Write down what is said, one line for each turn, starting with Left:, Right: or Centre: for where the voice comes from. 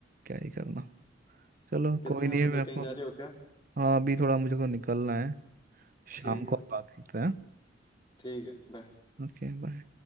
Right: क्या ही करना चलो
Left: कितना
Right: कोई नहीं
Left: मतलब
Right: है मैं आपको
Left: कहीं जा रहे हो क्या
Right: हाँ अभी थोड़ा मुझे को निकलना है
Left: ठीक
Right: शाम को
Left: है
Right: बात करते हैं
Left: ठीक है bye.
Right: Okay bye